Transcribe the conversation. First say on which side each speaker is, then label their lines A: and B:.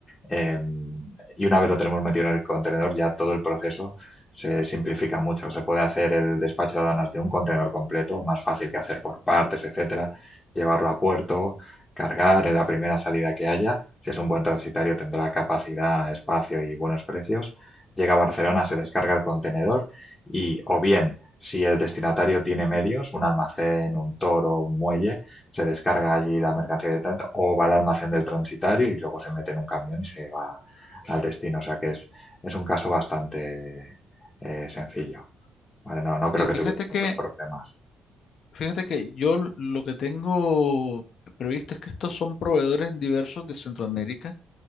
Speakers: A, on the left (about 20°); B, on the left (about 60°).
A: Eh, y una vez lo tenemos metido en el contenedor, ya todo el proceso se simplifica mucho. Se puede hacer el despacho de aduanas de un contenedor completo, más fácil que hacer por partes, etcétera, llevarlo a puerto, cargar en la primera salida que haya. Si es un buen transitario, tendrá capacidad, espacio y buenos precios. Llega a Barcelona, se descarga el contenedor y o bien si el destinatario tiene medios, un almacén, un toro, un muelle, se descarga allí la mercancía directamente o va al almacén del transitario y luego se mete en un camión y se va al destino. O sea que es, es un caso bastante eh, sencillo. ¿vale? No, no creo
B: Sí,
A: que
B: fíjate
A: tuvieras
B: que,
A: muchos problemas.
B: fíjate que yo l- lo que tengo previsto es que estos son proveedores diversos de Centroamérica.